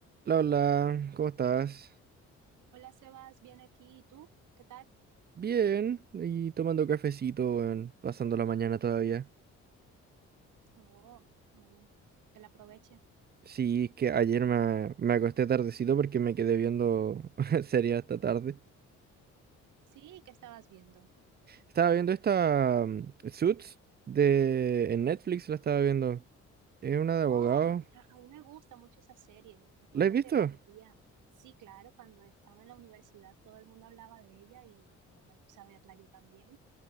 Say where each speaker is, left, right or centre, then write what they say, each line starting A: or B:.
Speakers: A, on the right; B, on the right.
A: Hola, hola, ¿cómo estás?
B: Hola Sebas, bien aquí. ¿Y tú? ¿Qué tal?
A: Bien, y tomando cafecito, weón, pasando la mañana todavía.
B: Oh, bueno, que la aproveche.
A: Sí, es que ayer me, me acosté tardecito porque me quedé viendo <laughs> serie hasta tarde.
B: Sí, ¿qué estabas viendo?
A: Estaba viendo esta mm, Suits de en Netflix, la estaba viendo. Es una de abogados.
B: Oh, a, a mí me gusta mucho esa serie. Recuerdo
A: ¿La has visto?
B: que la veía. Sí, claro, cuando estaba en la universidad todo el mundo hablaba de ella y bueno, me puse a verla yo también.